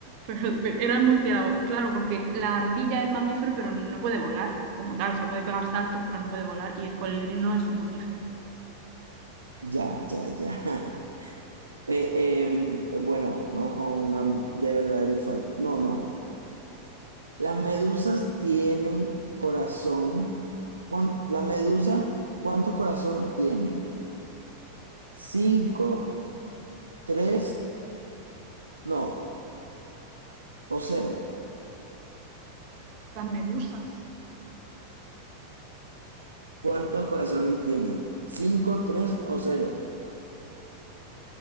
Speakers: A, on the right; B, on the right.
A: pero, pero era el murciélago. Claro, porque la ardilla es mamífero, pero no puede volar como tal. O sea, puede pegar saltos, pero no puede volar. Y el colibrí no es un mamífero.
B: Ya, ya, ya. <laughs> Eh, em, eh, bueno, vamos con una de verdadero y falso. No, no. Las medusas tienen corazón. ¿Cuán- la medusa, ¿cuánto corazón tienen? ¿Cinco, tres, no, o cero?
A: Las medusas.
B: ¿Cuántos corazones tienen? ¿Cinco, tres o cero?